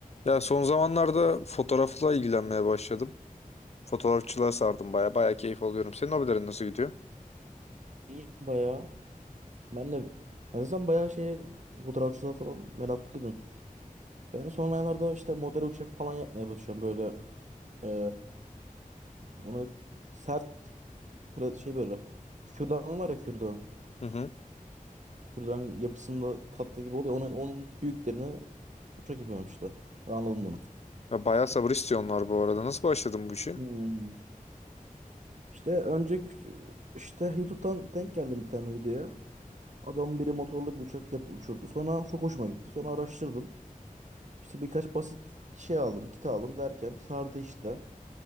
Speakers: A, on the left; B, on the right.
A: Ya son zamanlarda fotoğrafla ilgilenmeye başladım. Fotoğrafçılığa sardım baya. Baya keyif alıyorum. Senin hobilerin nasıl gidiyor?
B: İyi bayağı. Ben de ben zaten bayağı şeye fotoğrafçılığa falan meraklıydım. Ben son aylarda işte model uçak falan yapmaya başlıyorum böyle. eee, ona sert pra- şey böyle. Kürdan var ya kürdan.
A: Hı hı.
B: Kürdanın yapısında tatlı gibi oluyor. Onun, onun büyüklerini uçak yapıyorum işte. Ben anladım bunu.
A: Ya bayağı sabır istiyorlar bu arada. Nasıl başladın bu işe?
B: Hmm. İşte önce küç- işte YouTube'dan denk geldim bir tane videoya. Adamın biri motorlu bir uçak yapıp uçurdu. Sonra çok hoşuma gitti. Sonra araştırdım. İşte birkaç basit şey aldım, kit aldım derken sardı işte.